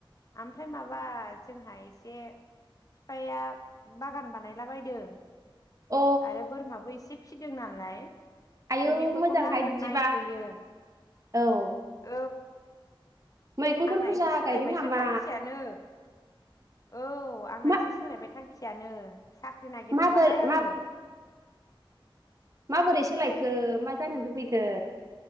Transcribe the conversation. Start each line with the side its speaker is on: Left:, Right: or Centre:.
Left: आमफ्राय माबा जोंहा एसे फिफाया बागान बानायला बायदों
Right: अ
Left: आरो बोरमाबो एसे फिदों नालाय ओमफ्राय
Right: आयु
Left: बेफोरखौनो
Right: मोजांहाय
Left: आङो
Right: बिदिबा
Left: नायथ'यो
Right: औ औ
Left: औ
Right: मैगंफोर
Left: आंना
Right: बुरजा
Left: एसे सोलायबायसो
Right: गायदों नामा
Left: थांखियानो औ आंना
Right: मा
Left: एसे सोलायबाय थांखिया थियानो साख्रि नागिरथलाहाय
Right: माबोर
Left: आङो।
Right: मा माबोरै सोलायखो मा जानो लुबैखो?